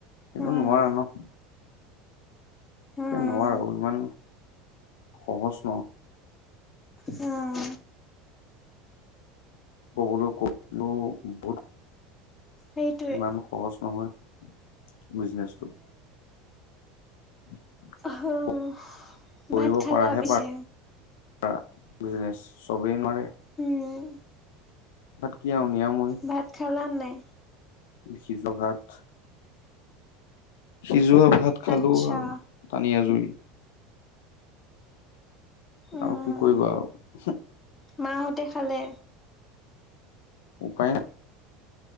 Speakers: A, on the left (about 80°); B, on the left (about 20°).
A: কিন্তু
B: উম
A: নোৱাৰোৱা ন'।
B: উম
A: এ, নোৱাৰোঁ, ইমান সহজ নহয়।
B: উম।
A: ক'বলৈ কলো বহুত
B: সেইটোৱে।
A: ইমান সহজ নহয় বিজনেচটো। <inaudible>
B: অ
A: কৰিব
B: ভাত খালা
A: পাৰাহে
B: পিছে?
A: পাৰা বিজনেছ চবেই নোৱাৰে।
B: উম,
A: ভাত কি আৰু নিয়ামৈ।
B: ভাত খালা নে নাই?
A: সিজ ঘাত সিজোৱা ভাত খালোঁ
B: আচ্ছা,
A: আৰু টানি আজুৰি।
B: উম।
A: আৰু কি কৰিবা আৰু।
B: মাহঁতে খালে?
A: উপাই নাই।